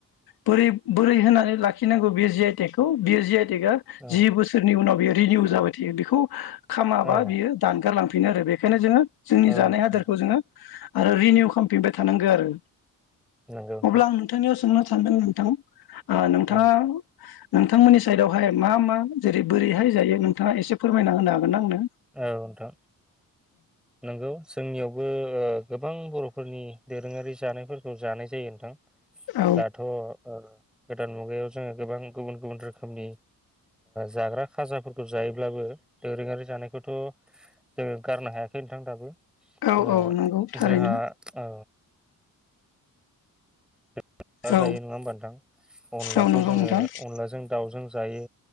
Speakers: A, on the left (about 85°); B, in the centre.
A: बोरै बोरै होनानै लाखिनांगौ बेयो जि आइ टेग बे जि आइ टेगआ
B: औ
A: जि बोसोरनि उनाव बियो रिनिउ जाबाय थायो बेखौ खामाबा
B: औ
A: बियो दानगार लां बे आरो बेखायनो जोङो जोंनि
B: आदसा
A: जानाय हादारखौ जोङो आरो रिनिउ खालामफिनबाय थानांगौ आरो।
B: नंगौ नोंथां
A: अब्ला आं नोंथांनियाव सोंनो सानदों नोंथां। नोंथाङा
B: औ
A: नोंथांमोननि साइडआवहाय मा मा जेरै बोरैहाय जायो नोंथाङा एसे फोरमायना होनो हागोन ना आंनो?
B: औ नोंथां नंगौ जोंनियावबो ओ गोबां बर'फोरनि दोरोङारि जानायफोरखौ जानाय जायो नोंथां।
A: औ
B: दाथ' ओ गोदान मुगायाव जोङो गोबां गुबुन गुबुन रोखोमनि जाग्रा खाजाफोरखौ जायोब्लाबो दोरोङारि जानाय खौथ' जोङो गारनो हायाखै नोंथां दाबो।
A: औ
B: ओ
A: औ नंगौ थारैनो।
B: जोंहा ओ अनला
A: औ
B: जायो नङा होमबा नोंथां अनलाखौ
A: औ नंगौ
B: जोङो
A: नोंथां
B: अनलाजों दाउजों जायो।